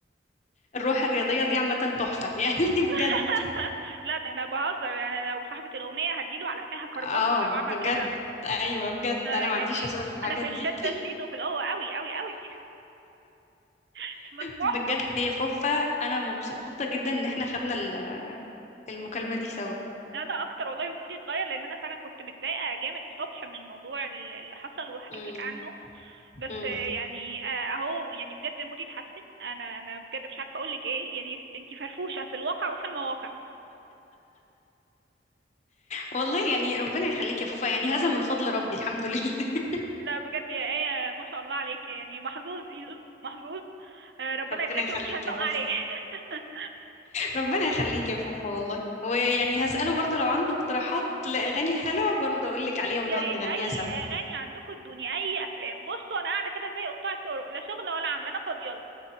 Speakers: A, on the left; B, on the right.
A: الروح الرياضية دي عامة تحفة <laughs> يعني
B: <laughs>
A: بجد
B: لا ده انا بهزر يعني أنا لو صاحبة الأغنية هديله على قفاها كربجه
A: أه
B: لو
A: بجد
B: عمل كده
A: أيوه بجد
B: آه
A: أنا ما عنديش
B: يعني
A: هزار في الحاجات
B: انا في
A: دي
B: الشدة شديد وفي القوة قوي قوي قوي مش <laughs> مسموح
A: بجد
B: له
A: يا فوفا انا مبسوطه جدا ان احنا خدنا ال- المكالمه دي سوا
B: انا اكتر والله مودي اتغير لان انا فعلا كنت متضايقة جامد الصبح من الموضوع ال- اللي حصل وحكيت
A: مم.
B: لك عنه بس
A: مم.
B: آه، يعني آه، اهو يعني بجد مودي اتحسن انا انا بجد مش عارفة اقول لك ايه يعني انتي فرفوشة في الواقع وفي المواقع
A: والله يعني ربنا يخليك يا فوفا يعني هذا من فضل ربي الحمد لله <laughs>
B: لا بجد يا آية ما شاء الله عليك يعني محظوظ زيزو محظوظ آه، ربنا
A: ربنا
B: يبارك
A: يخليك
B: له مش هننق
A: يا فوفا
B: عليه <laughs>
A: ربنا يخليك يا فوفا والله ويعني هسأله برضو لو عنده اقتراحات لأغاني حلوة برضو أقول لك عليها ونقعد
B: يا ريت
A: نغنيها
B: اي
A: سوا
B: اغاني عندكم ادوني اي افلام بصوا انا قاعده كده زي قطاع الطرق لا شغل ولا عمل انا فاضيه لكم